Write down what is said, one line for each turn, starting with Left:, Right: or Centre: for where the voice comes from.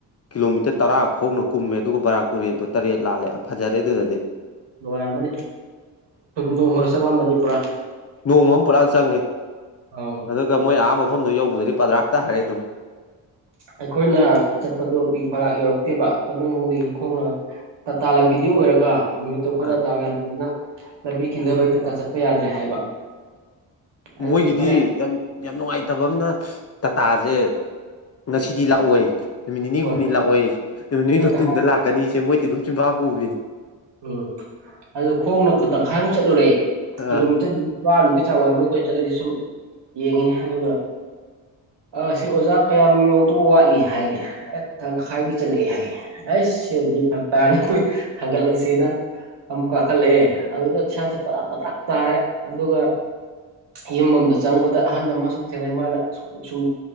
Left: ꯀꯤꯂꯣꯃꯤꯇꯔ ꯇꯔꯥ ꯈꯣꯡꯅ ꯀꯨꯝꯃꯦ ꯑꯗꯨꯒ ꯕꯔꯥꯛ ꯇꯨꯔꯦꯟꯗꯨ‌ ꯇꯔꯦꯠ ꯂꯥꯜꯂꯦ ꯐꯖꯔꯦ ꯑꯗꯨꯗꯗꯤ
Right: ꯅꯨꯡꯉꯥꯏꯔꯝꯃꯅꯤ ꯅꯣꯡꯃꯗ ꯆꯪꯉꯃꯅꯤ ꯄꯨꯔꯥ
Left: ꯅꯣꯡꯃ ꯑꯃ ꯄꯨꯔꯥ ꯆꯪꯉꯦ
Right: ꯑꯥꯎ
Left: ꯑꯗꯨꯒ ꯃꯣꯏ ꯑꯍꯥ ꯃꯐꯝꯗꯣ ꯌꯧꯕꯗꯗꯤ ꯄꯥꯗ꯭ꯔꯥꯛ ꯇꯥꯔꯦ ꯑꯗꯨꯝ
Right: ꯑꯩꯈꯣꯏꯅ ꯆꯠꯄꯗꯣ ꯑꯩ ꯚꯔꯥꯛ ꯌꯧꯔꯛꯇꯦꯕ ꯇꯃꯦꯡꯂꯣꯡꯗꯒꯤ ꯈꯣꯡꯅ ꯇꯇꯥ ꯂꯝꯕꯤꯗꯤ ꯑꯣꯏꯔꯒ ꯅꯨꯃꯤꯠꯇꯣ ꯑꯩꯈꯣꯏꯅ
Left: ꯑ
Right: ꯗꯥꯎ ꯌꯥꯗ꯭ꯔꯦꯅꯤꯅ ꯂꯝꯕꯤ ꯀꯤꯟꯊꯕ ꯍꯩꯇꯛꯇ ꯆꯠꯄ ꯌꯥꯗ꯭ꯔꯦ ꯍꯥꯏꯕ ꯑꯗꯨꯗꯤ
Left: ꯃꯣꯏꯒꯤꯗꯤ
Right: ꯐꯔꯦ
Left: ꯌꯥꯝ ꯌꯥꯝ ꯅꯨꯡꯉꯥꯏꯇꯕ ꯑ ꯑꯃꯅ ꯇꯥꯇꯥꯁꯦ ꯉꯁꯤꯗꯤ ꯂꯥꯛꯑꯣꯏ ꯅꯨꯃꯤꯠ ꯅꯤꯅꯤ
Right: ꯍꯣꯏ
Left: ꯍꯨꯝꯅꯤ
Right: ꯍꯣꯏ
Left: ꯂꯥꯛꯑꯣꯏ ꯅꯨꯃꯤꯠ ꯅꯤꯅꯤꯒꯤ
Right: ꯍꯦꯛꯇ
Left: ꯃꯇꯨꯡꯗ
Right: ꯍꯥꯏꯔꯣ
Left: ꯂꯥꯛꯀꯅꯤꯁꯦ ꯃꯣꯏꯗꯤ ꯑꯗꯨꯝ ꯆꯝꯐꯥ ꯄꯨꯕꯤꯅꯤ
Right: ꯎꯝ ꯑꯗꯨꯗ ꯈꯣꯡꯅ ꯈꯨ ꯇꯪꯈꯥꯏꯃꯨꯛ ꯆꯠꯂꯨꯔꯦ
Left: ꯑꯥ
Right: ꯀꯤꯂꯣꯃꯤꯇꯔ ꯅꯤꯄꯥꯥꯟꯃꯨꯛꯀꯤ ꯆꯥꯡ ꯋꯥꯏꯔꯔꯕꯅꯤ ꯑꯩꯈꯣꯏꯅ ꯆꯠꯂꯤꯁꯦ ꯁꯨꯝ ꯌꯦꯡꯉꯤꯅꯤ ꯑꯗꯨꯒ ꯑ ꯁꯤ ꯑꯣꯖꯥ ꯀꯌꯥꯝ ꯌꯧꯗꯕ ꯋꯥꯠꯂꯤ ꯍꯥꯏꯔꯦ ꯑ ꯇꯪꯈꯥꯏꯗꯤ ꯆꯠꯂꯛꯑꯦ ꯍꯥꯏꯌꯦꯦ ꯑꯩ ꯁꯤ ꯑꯣꯏꯗꯤ ꯐ ꯇꯥꯅꯤ ꯍꯪꯒꯠꯂꯁꯤ ꯁꯤꯦꯅ ꯑꯃꯨꯛ ꯀꯥꯈꯠꯂꯛꯑꯦ ꯑꯗꯨꯗ ꯏꯁꯥꯁꯦ ꯄꯗ꯭ꯔꯥꯛ ꯄꯗ꯭ꯔꯥꯛ ꯇꯥꯔꯦ ꯑꯗꯨꯒ ꯌꯨꯝ ꯑꯃꯗ ꯆꯪꯕꯗ ꯑꯍꯜ ꯑꯃ ꯁꯨꯝ ꯊꯦꯡꯅꯩ ꯃꯥꯅ ꯑ ꯁꯨꯝ